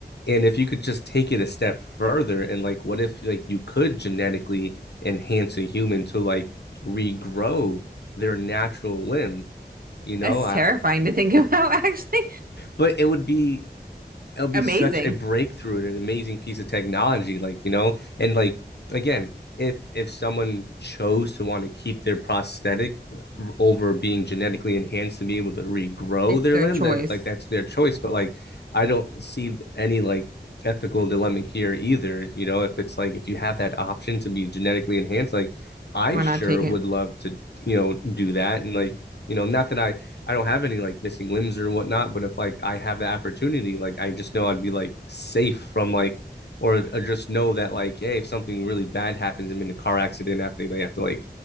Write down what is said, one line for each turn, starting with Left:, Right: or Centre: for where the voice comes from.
Left: and if you could just take it a step further and like what if like you could genetically enhance a human to like regrow their natural limb, you know?
Right: That's
Left: I
Right: terrifying to think about, <laughs> actually.
Left: but it would be it'll be
Right: Amazing.
Left: such a breakthrough and an amazing piece of technology like you know and like again if if someone chose to want to keep their prosthetic over being genetically enhanced to be able to regrow
Right: It's
Left: their
Right: their
Left: limb
Right: choice.
Left: then like that's their choice but like i don't see any like ethical dilemma here either you know if it's like if you have that option to be genetically enhanced like i
Right: Why
Left: sure
Right: not take
Left: would
Right: it?
Left: love to you know do that and like you know not that i I don't have any like missing limbs or whatnot, but if like I have the opportunity, like I just know I'd be like safe from like or, or just know that like, hey, if something really bad happens, I'm in a car accident after they have to like,